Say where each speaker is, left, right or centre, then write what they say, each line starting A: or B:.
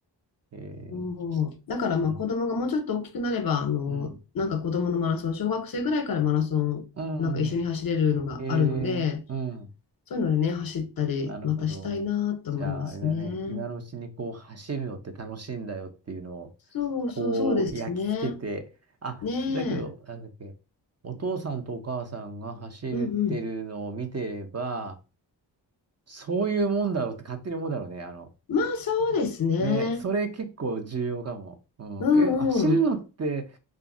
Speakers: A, on the right; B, on the left.
A: ええ、
B: そう。だからまあ子供がもうちょっと大きくなれば、
A: うん、
B: あの、
A: うん、
B: なんか子供のマラソン、小学生ぐらいからマラソン、
A: うん、
B: なんか一緒に走れるのがあるので、
A: ええ、うん。
B: そういうのでね、走ったり、
A: なるほど。
B: またしたいなと思いますね。
A: じゃあ、あれだね。今のうちにこう走るのって楽しいんだよっていうのを、
B: そうそうそうですね。
A: こう焼き付けて、あ、
B: ねえ。
A: だけど、なんだっけ、お父さんとお母さんが走ってるのを見てれば、
B: うんうん。
A: そういうもんだろうって勝手に思うだろうね。あの、
B: まあそうですね。
A: ね、それ結構重要かも。うん。
B: うんうん。
A: え、走るのって、